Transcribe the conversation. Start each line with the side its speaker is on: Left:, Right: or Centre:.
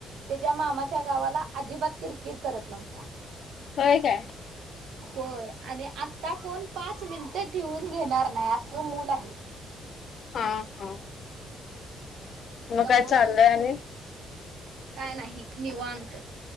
Right: त्याच्या मामाच्या गावाला अजिबात किरकिर करत नव्हता.
Left: होय काय
Right: होय, आणि आत्ता कोण पाच मिनटं ठिवून घेणार नाही, असं मूल आहे.
Left: हा. हा. म
Right: दंबवतोय
Left: काय चाललंय?
Right: खूप
Left: आणि.
Right: काय नाही, निवांत.